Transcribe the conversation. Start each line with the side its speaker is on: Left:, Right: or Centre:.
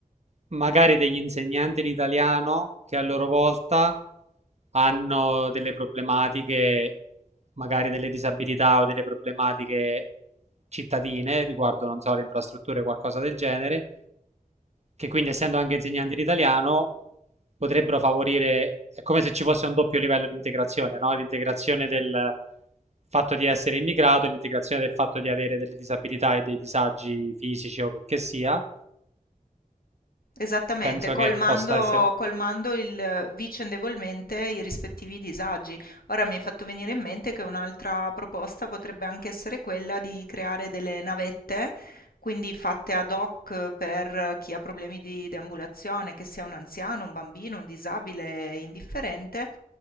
Right: magari degli insegnanti di italiano che a loro volta hanno delle problematiche, magari delle disabilità o delle problematiche cittadine riguardo, non so, le infrastrutture o qualcosa del genere, che quindi essendo anche insegnanti di italiano potrebbero favorire, è come se ci fosse un doppio livello di integrazione, no? L'integrazione del fatto di essere immigrato e l'integrazione del fatto di avere delle disabilità e dei disagi fisici o che sia.
Left: Esattamente,
Right: Penso
Left: colmando,
Right: che possa essere...
Left: colmando il, vicendevolmente i rispettivi disagi. Ora mi hai fatto venire in mente che un'altra proposta potrebbe anche essere quella di creare delle navette, quindi fatte ad hoc per chi ha problemi di deambulazione, che sia un anziano, un bambino, un disabile, indifferente,